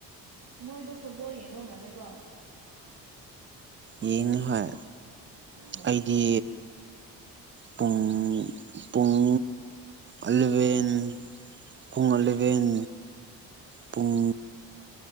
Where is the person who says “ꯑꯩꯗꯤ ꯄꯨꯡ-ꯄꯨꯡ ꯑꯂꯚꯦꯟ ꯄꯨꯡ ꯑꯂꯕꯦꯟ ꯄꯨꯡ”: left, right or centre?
Right